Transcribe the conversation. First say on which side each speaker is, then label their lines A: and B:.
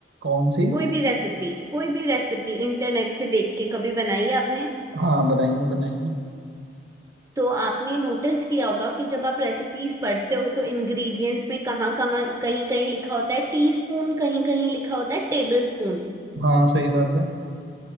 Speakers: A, on the right (about 70°); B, on the right (about 20°).
A: कौन सी
B: कोई भी रेसिपी कोई भी रेसिपी इंटरनेट से देख के कभी बनाई है आपने
A: हाँ बनाइए बनाइए
B: तो आपने नोटिस किया होगा कि जब आप रेसिपीज पढ़ते हो तो इंग्रेडिएंट्स में कहाँ कहाँ कहीं कहीं लिखा होता है टीस्पून कहीं कहीं लिखा होता है टेबल स्पून
A: हाँ सही बात है